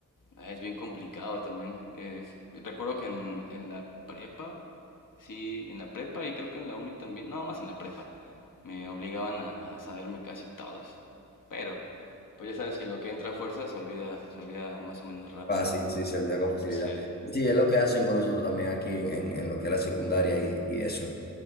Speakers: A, on the left; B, on the left.
A: Ah, Es bien complicado también. Es- recuerdo que en, en la prepa, sí, en la prepa y creo que en la uni también, no, más en la prepa, me obligaban a, a saberme casi todos. Pero, pues ya sabes que lo que entra a fuerza se olvida, se olvida más o menos rápido,
B: Fácil,
A: ¿no?
B: sí, se olvida con facilidad.
A: Sí,
B: Y Sí, es lo que hacen con nosotros también aquí en, en- en lo que es la secundaria y, y eso.